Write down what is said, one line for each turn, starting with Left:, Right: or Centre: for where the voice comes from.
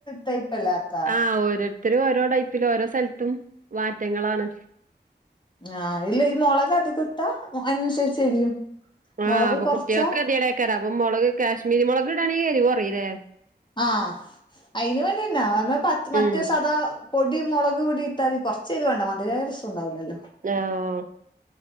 Left: ടൈപ്പ്ല്ലാം ആക്കാ
Right: ആഹ ഓരോത്തരും ഓരോ ടൈപ്പിലും ഓരോ സ്ഥലത്തും മാറ്റങ്ങളാണ്
Left: ആഹ് ഇല് ഈ മുളക് അധികട്ടാ അതിനനുസരിച്ച് എരിയും.
Right: ആഹ്
Left: മുളക്
Right: അപ്പൊ
Left: കൊറച്ചാ
Right: കുട്ടികൾക്കെ കെതിയേടെക്കാരം അപ്പൊ മുളക് കാശ്മീരി മുളക് ഇടാണെ എരിവ് കൊറിലേ
Left: ആഹ് അയ്ന് വേണ്ടിന്നാ <unintelligible> മറ്റേ
Right: ഉം
Left: സദാ പൊടി മൊളക് പൊടി ഇട്ടാതി കാെർച്ചെരിവാണ്ടേ മധ്‌രായാ രസൂണ്ടാവുലല്ലോ
Right: ആഹ്